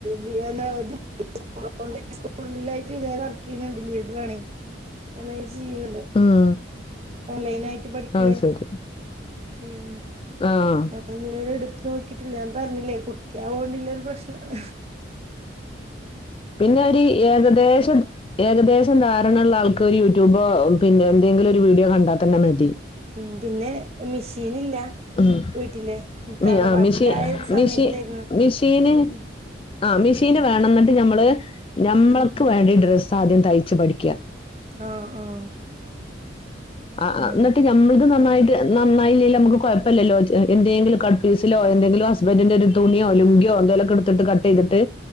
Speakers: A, on the right; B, on the left.
A: വി എന്താ <unintelligible> സ്കൂളിലായിറ്റ് വർക്കയ്യ്ണ് ണ്ട് ലീഡറാണെ <unintelligible>
B: ഉം
A: ഓൺലൈനായിട്ട് പഠിക്ക്ണെ
B: അത് ശരി
A: ഉം
B: ആഹ്
A: <unintelligible> എടു ത്തൊക്കിട്ടില്ല ഞാൻപറഞ്ഞില്ലേ കുട്ടിയാവോണ്ടില്ലെ ഒര്പ്രശ്നം
B: പിന്നെ ഒര് ഏകദേശ് <unintelligible> ഏകദേശം ധാരണള്ളാൾക്ക് ഒരു യൂട്യൂബോ പിന്നെന്തേങ്കിലൊരു വീഡിയോ കണ്ടാതന്നെ മതി
A: ഉം പിന്നെ മിഷീനില്ലാ
B: ഉം.
A: വീട്ടില്
B: മി
A: തറവാട്ടിലായ
B: ആഹ് മിഷീ
A: സമയത്തായിരുന്നു
B: മിഷി മിഷീന്
A: ഉം
B: ആ മിഷീന് വേണംന്നിട്ട് ഞമ്മള് ഞമ്മൾക്ക്
A: ഉം ഉം
B: വേണ്ട ഡ്രസ്സാദ്യം തയ്ച്ച് പഠിക്കാ
A: ആഹ് ആഹ്
B: ആഹ്
A: ഉം
B: ആഹ് ന്നിട്ട് ഞമ്മള്ത് നന്നായി ട്ട് നന്നായില്ലേലും നമ്മക്ക് കൊഴപ്പല്ലല്ലോ ചെ എന്തേങ്കിലും കട്ട്പീസിലോ എന്തെങ്കിലും ഹസ്ബന്റിന്റൊരു തുണിയോ ലുങ്കിയോ യോ എന്തെലൊക്കെ എടുത്തിട്ട് കട്ടെയ്തിട്ട്